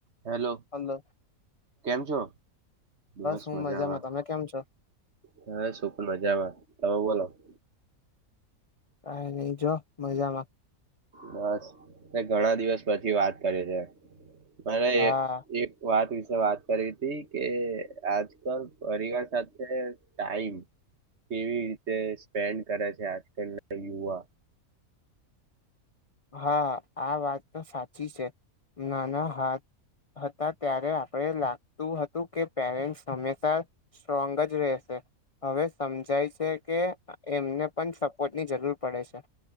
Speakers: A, on the right (about 50°); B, on the left (about 50°).
A: Hello
B: hello
A: કેમ છો બસ
B: હું
A: મજામાં
B: તમે કેમ છો
A: બસ પણ મજામાં તમે બોલો <inaudible> <inaudible> <inaudible>
B: કઈ નઈજો મજા મા
A: બસ મે ઘણા દિવસ પછી વાત કરી છે મને
B: હા
A: એક વાત વિ વાત કર હતી કે આજકાલ પરિવાર સાથે ટાઈમ કેવી રીતે સ્પેન્ડ કરે છે આજકાલના યુવા
B: હા આ વાત તો સાચી છે નાના હાથ હતા ત્યારે આપણે લાગતું હતું કે પેરેન્ટ્સ હંમેશા સ્ટ્રોંગ જ રહેશે હવે સમજાય છે કે એમને પણ સપોર્ટની જરૂર પડે છે